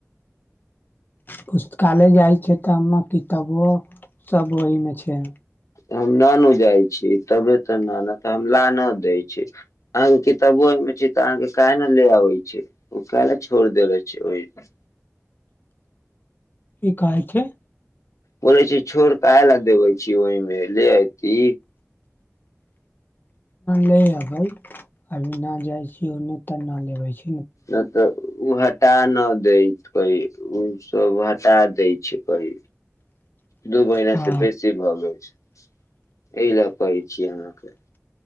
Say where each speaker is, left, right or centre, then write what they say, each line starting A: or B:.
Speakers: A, on the left; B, on the left.
A: पुस्तकालय जाइ छै तऽमे किताबो सभ ओहीमे छै।
B: हम न ने जाइ छी तबे तऽ न तऽ हम ला न दै छी अहके कितबो ओहिमे छी तऽ अहाँके काह ने ले आबै छै ओ काह ले छोड़ देेले छै ओहिमे।
A: की कहे छै।
B: बोलै छी छोर काह ल देबै छी ओहिमे ले अती।
A: ले अबे अभी न जाय छीने त लेे छै।
B: नहि त उह हटा न दै छैै ओ सब हटा दै छै कई दू महिना
A: हँ
B: से बेसी भऽ गेल छै। <inaudible> एहि लए कहै छियै अहाँके।